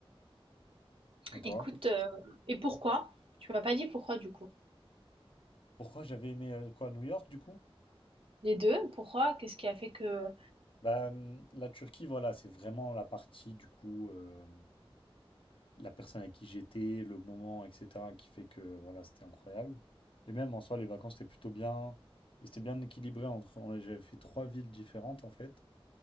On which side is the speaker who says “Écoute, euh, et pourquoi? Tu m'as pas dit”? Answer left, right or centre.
Right